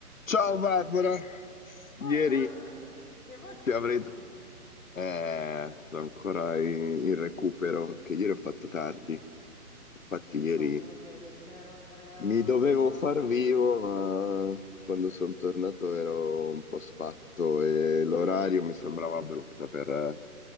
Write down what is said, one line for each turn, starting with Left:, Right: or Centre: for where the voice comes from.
Left: Ciao Barbara, ieri
Centre: Oi Andrea, che, vo- che voce
Left: ti
Centre: c'hai?
Left: avrei... Eh, sono ancora in, in recupero perché ieri ho fatto tardi.
Centre: Ma
Left: Infatti
Centre: che cosa hai
Left: ieri
Centre: fatto ieri sera, Andrea?
Left: mi dovevo
Centre: Dillo a Barbara.
Left: far vivo, ma quando sono tornato ero un po' sfatto e l'orario mi sembrava brutto per eh,